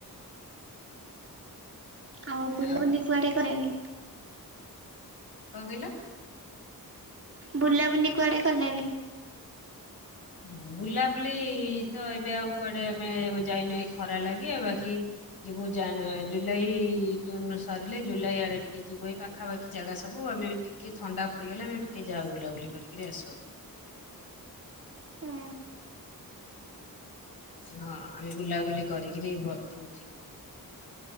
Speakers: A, on the right (about 40°); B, on the left (about 85°).
A: ଆଉ ବୁଲବୁଲି
B: କଣ
A: କୁଆଡ଼େ କରିବେନି?
B: କଁ କହିଲ?
A: ବୁଲାବୁଲି କୁଆଡ଼େ କଲେଣି?
B: ଉଁ ବୁଲାବୁଲି ତ ଏବେ ଆଉ କୁଆଡ଼େ ଆମେ ଯାଇନୁ ଏଇ ଖରା ଲାଗି ଆଉ ବାକି ଯିବୁ ଯାନ୍ ଜୁଲାଇ ଜୁନ ସରିଲେ ଜୁଲାଇ ଆଡେ ଟିକେ ଯିବୁ ଏଇ ପାଖାପାଖି ଜାଗା ସବୁ ଆମେ ଟିକେ ଥଣ୍ଡା ପଡିଗଲେ ଆମେ ଟିକେ ଯାଉ ବୁଲାବୁଲି କରିକିରି ଆସୁ।
A: ହଁ
B: ହଁ ଆମେ ବୁଲାବୁଲି କରିକିରି ବତାଉଚି।